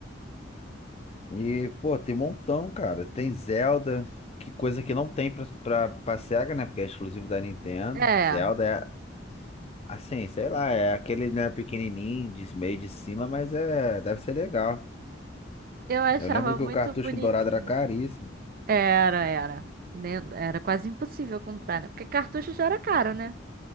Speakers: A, on the left; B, on the right.
A: E, pô, tem um montão, cara. Tem Zelda, que coisa que não tem pra, pra, pra SEGA, né? Porque é exclusivo da Nintendo.
B: É,
A: Zelda é, assim, sei lá, é aquele, né, pequenininho, de meio de cima, mas é, deve ser legal.
B: Eu achava
A: Eu lembro que
B: muito
A: o cartucho
B: bonitinho.
A: dourado era caríssimo.
B: era, era. né? Era quase impossível comprar, né? Porque cartucho já era caro, né?